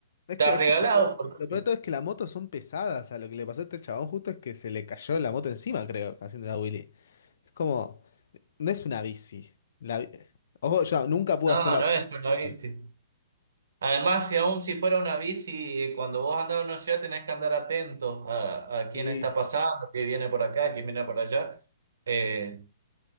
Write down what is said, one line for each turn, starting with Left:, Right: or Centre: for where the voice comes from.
Left: es
Right: estás
Left: que, es
Right: regalado.
Left: que
Right: porque-
Left: lo peor de todo es que las motos son pesadas. O sea, lo que le pasó a este chabón justo es que se le cayó la moto encima, creo, haciendo la Willy. Es como... No es una bici. La bi- Ojo, yo nunca pude
Right: No,
Left: hacer la
Right: no
Left: bici
Right: es una bici.
Left: tampoco.
Right: Además, si aún si fuera una bici, eh, cuando vos andás en una ciudad tenés que andar atentos a, a quién
Left: Sí,
Right: está pasando, quién viene por acá, quién viene por allá. Eh,